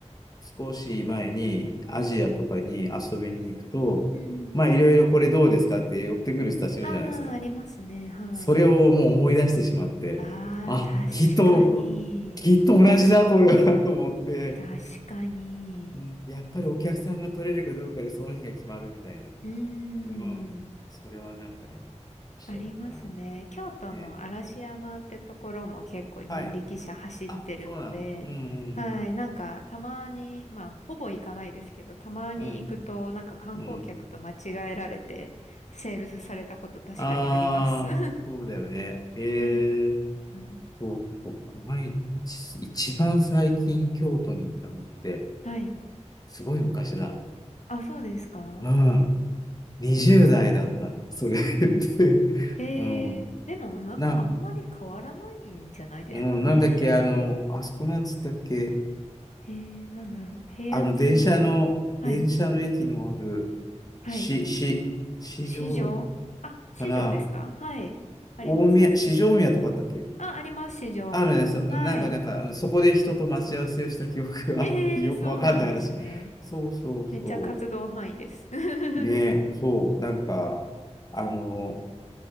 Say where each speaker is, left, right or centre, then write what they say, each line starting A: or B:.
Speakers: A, on the left; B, on the left.
A: 少し前にアジアとかに遊びに行くと、
B: うん、うん。
A: まあ、いろいろこれどうですかって寄ってくる人たちいるじゃないですか。
B: あー、ありますね、はい。
A: それをもう思い出してしまって、
B: あー、
A: あ、きっと、
B: 確かに。
A: きっと同じだ、これは、<laughs> と思って、
B: 確かに。
A: うん、やっぱりお客さんが取れるかどうかでその日が決まるみたいな。
B: うーん。
A: うん。それはなんかね、面白かったな。
B: ありますね。京都の嵐山ってところも結構人力車走ってるので、
A: ね。はい。あ、そうなの。うん
B: はい、なんかたまに、まあほぼ行かないですけど、たまに行くとなんか観光客と間違えられてセールスされたこと確かにあります。
A: うん。うん。うん。ああ、
B: <laughs> う
A: そうだよね。へえ。
B: ーん。
A: そうそう、この間、一一番最近京都に行ったのって、
B: はい。
A: すごい昔だ。
B: あ、そうですか
A: うん。20代だった。
B: い、うん
A: それっ
B: うん。
A: て。
B: えー、
A: <laughs> うん。
B: でもなんかあんまり変わらないんじゃないですかね。
A: な、うん、なんだっけ、あの、あそこなんつったっけ、
B: えー、なんだろう。平安神宮。
A: あの、電車の、
B: はい。
A: 電車の駅のある、
B: はい。
A: し、し、市場
B: 市場あ、市場ですかはい。
A: かな、
B: あります、
A: 大宮、
B: あります。
A: 市場大宮とかあったっけ
B: あ、あります、市場大宮。
A: あるね、そう、
B: はい。
A: なんか、なんか、うんそこで人と待ち合わせをした記憶があるってよくわかんない話。
B: ええーそうなんですね。
A: そうそうそ
B: めっちゃ活動範囲です。<laughs>
A: う。ね、そう、なんか、あの、